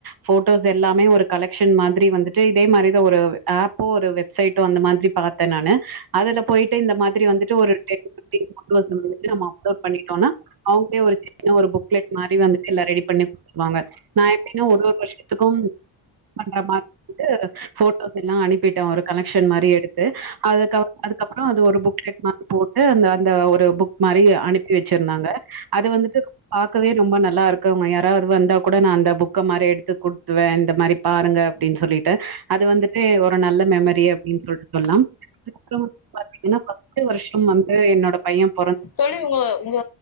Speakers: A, on the right (about 50°); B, on the left (about 50°).
A: ஃபோட்டோஸ் எல்லாமே ஒரு கலெக்க்ஷன் மாதிரி வந்துட்டு இதே மாரிதா ஒரு ஆப்போ ஒரு வெப்சைட்டோ அந்த மாதிரி பார்த்தே நானு அதுல போயிட்டு இந்த மாதிரி வந்துட்டு ஒரு டென் ஃபீப்டின் ஃபோட்டோ நம்ம அப்லோட் பண்ணிட்டோம்னா அவங்களே ஒரு சின்ன ஒரு புக்லெட் மாரி வந்து எல்லா ரெடி பண்ணி குடுத்துருவாங்க நா எப்டின்னா ஒரு ஒரு வருஷத்துக்கோ பண்றா மாதிரி வந்துட்டு ஃபோட்டோஸ்யெல்லா அனுப்பிட்டே ஒரு கலெக்க்ஷன் மாதிரி எடுத்து அதுக்க அதுக்கப்புறோ அது ஒரு புக்லெட் மாதிரி போட்டு அந்த அந்த ஒரு புக் மாரி அனுப்பி ப்பி வெச்சிருந்தாங்க அது வந்துட்டு பாக்கவே ரொம்ப நல்லாயிரு கங்க யாராவது வந்தா கூட நா அந்த புக்க மாரி எடுத்து குடுத்துவே இந்த மாரி பாருங்க அப்டின்னு சொல்லிட்டு அது வந்துட்டு ஒரு நல்ல மெமரி அப்டின்னு போட்டு பண்ணலா இன்னோ ஒன்னு பாத்தீங்கன்னா பத்து வருஷோ வந்து என்னோட பையன்
B: தோலி உங்க உங்க